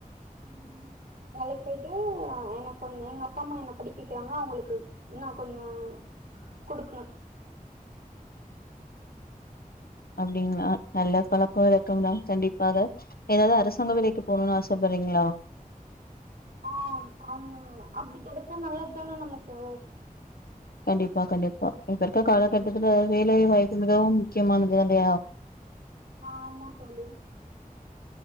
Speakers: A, on the right (about 75°); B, on the left (about 90°).
A: ம்ம் வேலைக்கு போயிட்டு எனக்கு ஒன்னு எங்க அப்பா அம்மா என்ன படிக்க வக்கிறாங்க அவங்களுக்கு நான் கொஞ்சம் குடுக்கணும்
B: அப்டிங்களா நல்ல பழக்கொ வழக்கம்தா கண்டிப்பாக எதாவது அரசாங்க வேலைக்கு போணுனு ஆசப்படுறீங்களோ
A: ஆம் ஆமா அப்டி கெடச்சா நல்லதுதான நமக்கு
B: கண்டிப்பா கண்டிப்பா இப்ப இருக்க காலகட்டத்துல வேலை வாய்ப்பு மிகவும் முக்கியமானதுதா இல்லயா
A: ஆமா தோழி